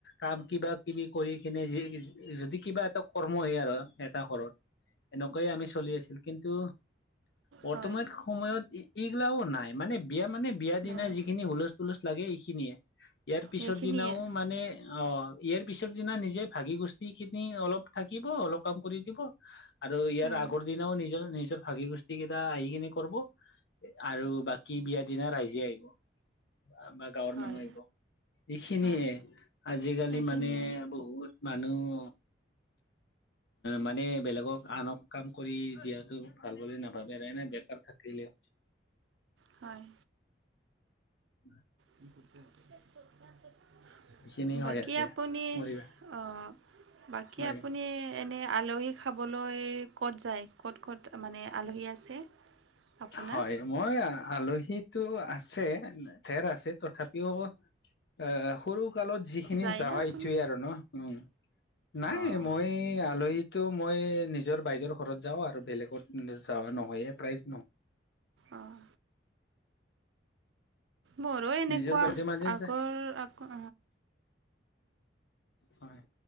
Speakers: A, on the left (about 65°); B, on the right (about 85°).
A: কাম কিবা কিবি কৰি কিনে যি যদি কিবা এটা কৰ্ম হয় আৰু এটা ঘৰত এনেকুৱাই আমি চলি আছিল কিন্তু বৰ্তমান
B: হয়
A: সময়ত এইগালা ও নাই মানে বিয়া মানে বিয়া দিনা
B: নাই
A: যিখিনি হুলচ তুলচ লাগে এইখিনিয়ে ইয়াৰ
B: সেইখিনিয়ে
A: পিছৰ দিনাও মানে মানে অ ইয়াৰ পিছৰ দিনা নিজে ভাগি গষ্ঠি কিনি অলপ থাকিব অলপ কাম কৰি দিব আৰু ইয়াৰ
B: হয়
A: আগৰ দিনাও নিজৰ নিজৰ ভাগি গোষ্ঠী কেইটা আহি কিনে কৰিব আৰু বাকী বিয়া দিনা ৰাইজে আহিব বা গাঁৱৰ
B: হয়
A: মানুহ আহিব এইখিনিয়ে
B: হয়
A: আজিকালি
B: এইখিনিয়ে
A: মানে বহুত মানুহ মানে বেলেগক আনক কাম কৰি দিয়াতটো ভাল বুলি নাভাবে এনে বেকাৰ থাকিলে
B: হয়
A: উ
B: <unintelligible>
A: এইখিনি
B: বাকী
A: হৈ আছে
B: আপুনি
A: কৰিবা
B: অ বাকী
A: হয়
B: আপুনি এনেই আলহী খাবলৈ ক'ত যায় ক'ত ক'ত মানে আলহী আছে আপোনাৰ
A: হয় মই আলহীতো আছে ঠেৰ আছে তথাপিও এ সৰু কালত যিখিনি
B: যায়
A: যাৱা
B: না আপুনি
A: এইটোৱে আৰু ন উম নাই
B: অঁ
A: মই আলহীত ত' মই নিজৰ বাইদেউৰ ঘৰত যাওঁ আৰু বেলেগত যোৱা নহয়ে প্ৰাইজ নহয়
B: অঁ মৰো এনেকুৱা
A: নিজৰ মাজে মাজে
B: আগৰ
A: যায়
B: আকৌ
A: হয়